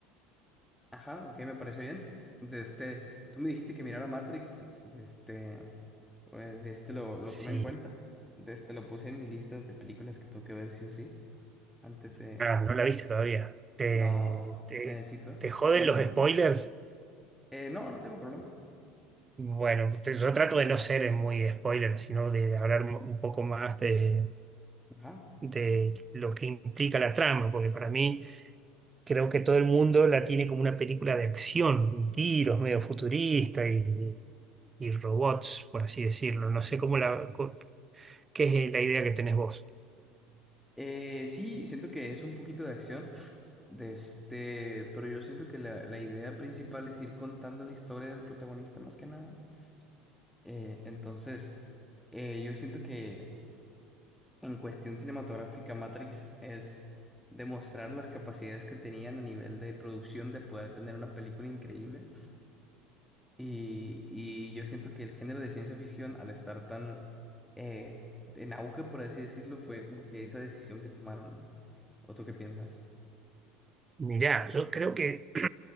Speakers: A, in the centre; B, on the right (about 25°).
A: ajá, ok, me parece bien. Desde, tú me dijiste que mirara Matrix, desde, desde lo, lo
B: Sí.
A: tomé en cuenta. Desde lo puse en mis listas de películas que tengo que ver sí o sí. Antes de,
B: Ah, no la viste todavía. ¿Te,
A: no,
B: te,
A: necesito.
B: te joden
A: ¿Mande?
B: los spoilers?
A: Eh, no, no tengo problema.
B: Bueno, te- yo trato de no ser muy spoiler, sino de hablar un poco más de,
A: Ajá.
B: de lo que implica la trama, porque para mí creo que todo el mundo la tiene como una película de acción y tiros medio futurista y, y robots, por así decirlo. No sé cómo la, co- qué es la idea que tenés vos.
A: Eh, sí, siento que es un poquito de acción. De este, pero yo siento que la, la idea principal es ir contando la historia del protagonista más que nada. Eh, entonces, eh, yo siento que en cuestión cinematográfica, Matrix es demostrar las capacidades que tenían a nivel de producción de poder tener una película increíble. Y, y yo siento que el género de ciencia ficción, al estar tan eh, en auge, por así decirlo, fue como que esa decisión que tomaron, ¿no? ¿O tú qué piensas?
B: Mirá, yo creo que,